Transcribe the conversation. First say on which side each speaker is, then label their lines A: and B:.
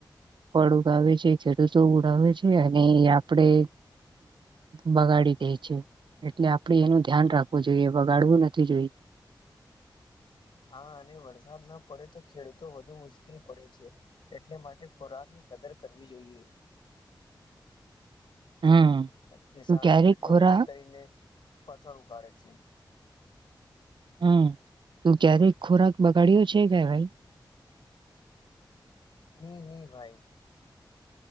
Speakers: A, on the right; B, on the left.
A: ફળ ઉગાવે છે ખેડૂતો ઉડાવે છે અને એ આપડે બગાડી દે છે એટલે આપડે એનું ધ્યાન રાખવું જોઈએ બગાડવું નથી જોઈએ
B: હા અને વરસાદ ના પડે તો ખેડૂતો વધુ મુશ્કેલ પડે છે. એટલે માટે ખોરાક ની કદર કરવી જોઈએ.
A: હમ
B: કિસાનો
A: તું ક્યારેક
B: કેટલું
A: ખોરા
B: મહેનત કરીને ફસલ ઉગાડે છે.
A: હમ તું ક્યારેક ખોરાક બગાડયો છે કે ભાઈ
B: નહી નહી ભાઈ